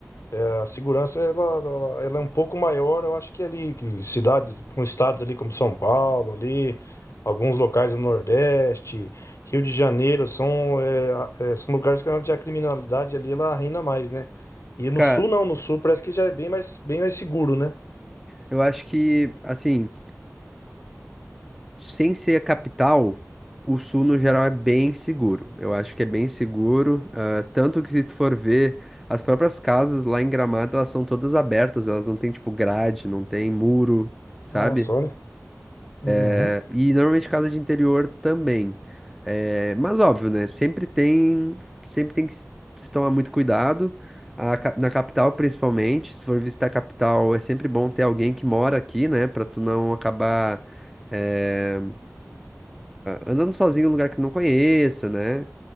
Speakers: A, on the left; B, in the centre.
A: A segurança ela, ela, ela é um pouco maior, eu acho que ali, que cidades, com estados ali como São Paulo, ali, alguns locais do Nordeste, Rio de Janeiro, são, é, a- é, são lugares que onde a criminalidade ali ela reina mais, né? E no
B: Cara,
A: sul não, no sul parece que já é bem mais, bem mais seguro, né?
B: eu acho que, assim. sem ser a capital, o sul no geral é bem seguro. Eu acho que é bem seguro, ah, tanto que se tu for ver, as próprias casas lá em Gramado, elas são todas abertas, elas não têm tipo grade, não tem muro, sabe?
A: Nossa, olha. Uhum.
B: Eh, E normalmente casa de interior também. Eh, mas óbvio, né? Sempre tem, sempre tem que se se tomar muito cuidado. A ca- na capital, principalmente, se for visitar a capital, é sempre bom ter alguém que mora aqui, né? Pra tu não acabar é, andando sozinho em um lugar que não conheça, né?